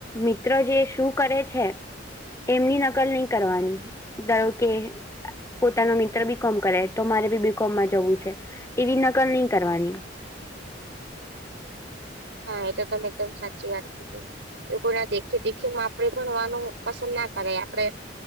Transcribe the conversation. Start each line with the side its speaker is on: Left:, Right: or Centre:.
Left: મિત્ર જે શું કરે છે એમની નકલ નહી કરવાની ધારો કે પોતાનો મિત્ર બી કોમ કરે તો મારે બી બી કોમ માં જવું છે એવી નકલ નહી કરવાની.
Right: હા એ તો તમે એકદમ સાચી વાત કીધી. એ લોકો ના દેખે દેખે માં આપડે ભણવાનું પસંદ ના કરે આપડે